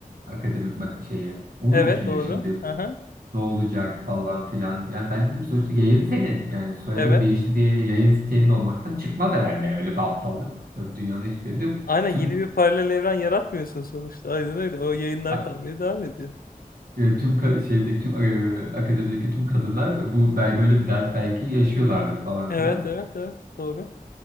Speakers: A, on the right; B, on the left.
A: akademik mak- şeyi. Onu
B: Evet
A: düşünüyor
B: doğru.
A: şimdi.
B: Aha,
A: Ne olacak falan filan. Yani ben dedim sonuçta yayın senin. Yani soyadın
B: evet.
A: değişti diye yayın senin olmaktan çıkmaz herhalde. Yani öyle bir aptallık. Dünyanın hiçbir yerinde yok
B: Aynen
A: tüm
B: yeni bir paralel evren yaratmıyorsun sonuçta. Aynen öyle. O yayınlar
A: Ha,
B: kalmaya devam ediyor.
A: e, tüm ka- şeydeki tüm e, akademideki tüm kadınlar e, bu bel- böyle bir dert belki yaşıyorlardır falan
B: Evet
A: filan.
B: evet evet doğru.